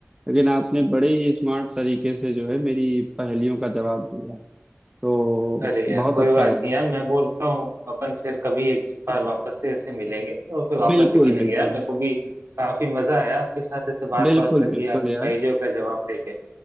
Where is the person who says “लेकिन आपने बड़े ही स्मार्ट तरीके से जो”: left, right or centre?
Right